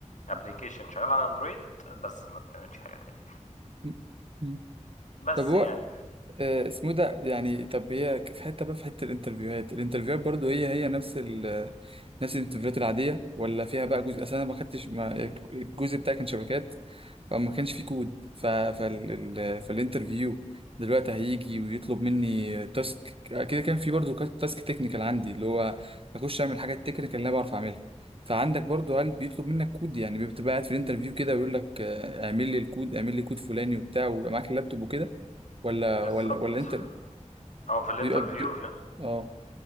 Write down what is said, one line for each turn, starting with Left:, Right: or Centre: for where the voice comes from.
Left: ابلكيشن شغال على اندرويد بس ما بتعملش حاجة تاني
Right: أمم. أمم.
Left: وبس
Right: طب هو
Left: يعني
Right: آه، اسمه ده يعني طب هي في حته بقى في حته الانترفيوهات الانترفيوهات برضه هي هي نفس ال نفس الانترفيوهات العاديه ولا فيها بقى جزء اصل انا ما خدتش ما- الجزء بتاعي كان شبكات فما كانش في كود ف... فال... ال- فالانترفيو دلوقتي هيجي ويطلب مني تاسك كده كان في برضو كا- تاسك تكنيكال عندي اللي هو اخش اعمل حاجات تكنيكال اللي انا بعرف اعملها فعندك برضو قال بيطلب منك كود يعني بتبقى قاعد في الانترفيو كده ويقول لك آه، اعمل لي الكود اعمل لي كود فلاني وبتاع ويبقى معاك اللابتوب وكده ولا
Left: بالظبط
Right: ولا ولا انت
Left: هو في الانترفيو
Right: بيبقى بي... اه